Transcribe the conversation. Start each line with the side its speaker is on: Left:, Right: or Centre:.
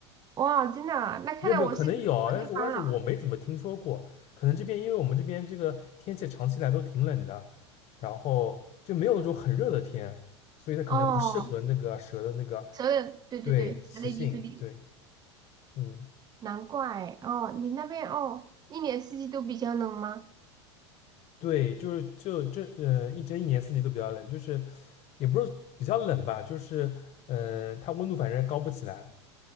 Right: 哇，真的啊那看来我是错地方了。
Left: 没有没有，可能有啊但是我但是我没怎么听说过。可能这边因为我们这边这个天气长期来都挺冷的，然后就没有那种很热的天，所以它可能不适合那个蛇的那个
Right: 哦，蛇的，对对对，
Left: 对习性。
Right: 蛇的居住地。
Left: 对，嗯，
Right: 难怪哦，你那边哦，一年四季都比较冷吗？
Left: 对，就是就这呃，一这一年四季都比较冷，就是也不是比较冷吧，就是呃，它温度反正高不起来。